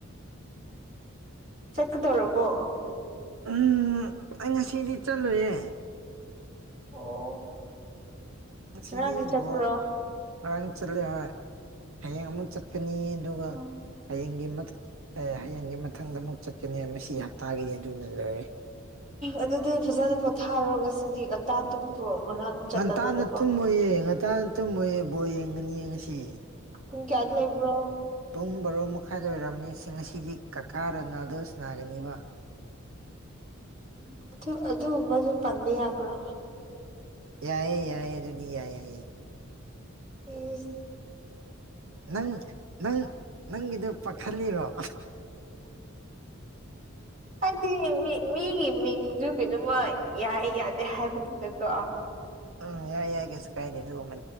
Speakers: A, on the right; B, on the right.
A: ꯆꯀ ꯇꯧꯔꯕꯔꯕꯣ
B: ꯎꯝ ꯑꯩ ꯉꯁꯤꯗꯤ ꯆꯠꯂꯨꯌꯦꯦ
A: ꯑꯣ
B: ꯉꯁꯤꯗꯤ
A: ꯉꯥꯔꯥꯡꯗꯤ ꯆꯠꯄ꯭ꯔꯣ
B: ꯕꯣ ꯉꯔꯥꯡ ꯆꯠꯂꯦ ꯍꯣꯏ ꯍꯌꯦꯡ ꯑꯃꯨꯛ ꯆꯠꯀꯅꯤ ꯑꯗꯨꯒ
A: ꯑꯣ
B: ꯍꯌꯦꯡꯒꯤ ꯑꯦ ꯍꯌꯦꯡꯒꯤ ꯃꯊꯪꯗ ꯑꯃꯨꯛ ꯆꯠꯀꯅꯤ ꯃꯁꯤ ꯍꯞꯇꯥꯒꯤꯗꯤ ꯑꯗꯨꯅ ꯂꯣꯏꯔꯦ
A: ꯑꯗꯨꯗꯤ ꯐꯖꯅ ꯄꯣꯊꯥꯔꯣ ꯉꯁꯤꯗꯤ ꯉꯟꯇꯥ ꯇꯨꯝꯈ꯭ꯔꯣ ꯉꯔꯥꯡ ꯆꯠꯂꯕꯅꯤꯅꯀꯣ
B: ꯉꯟꯇꯥꯅ ꯇꯨꯝꯃꯣꯏꯌꯦ ꯉꯟꯇꯥꯅ ꯇꯨꯝꯃꯣꯏꯌꯦ ꯕꯣ ꯌꯦꯡꯒꯅꯤ ꯌꯦꯡ ꯉꯁꯤ
A: ꯄꯨꯡ ꯀꯌꯥꯗ ꯂꯩꯕ꯭ꯔꯣ
B: ꯄꯨꯡ ꯕꯔꯣ ꯃꯈꯥꯏꯗ ꯑꯣꯏꯔꯝꯅꯤ ꯁꯤ ꯉꯁꯤꯗꯤ ꯀꯀꯥꯔ ꯅꯥꯗꯜꯁ ꯅꯥꯒꯅꯤꯕ
A: ꯑꯗꯨ ꯑꯗꯨꯒꯨꯝꯕꯗꯨ ꯄꯟꯕ ꯌꯥꯕ꯭ꯔꯥ
B: ꯌꯥꯏꯑꯌꯦ ꯌꯥꯏꯑꯌꯦ ꯑꯗꯨꯗꯤ ꯌꯥꯏ ꯌꯥꯏ ꯌꯥꯏ
A: ꯎ
B: ꯅꯪ ꯅꯪ ꯅꯪꯒꯤꯗꯨ ꯄꯥꯈꯜꯂꯤꯔꯣ
A: ꯑꯗꯤ ꯃꯤ ꯃꯤꯒꯤ ꯃꯤ ꯀꯩꯅꯣꯃ ꯌꯥꯏ ꯌꯥꯗꯦ ꯍꯥꯏꯕꯗꯨꯗꯀꯣ
B: ꯎꯝ ꯌꯥ ꯌꯥ ꯀꯦꯁꯨꯨ ꯀꯥꯏꯗ ꯑꯗꯨ ꯃꯦ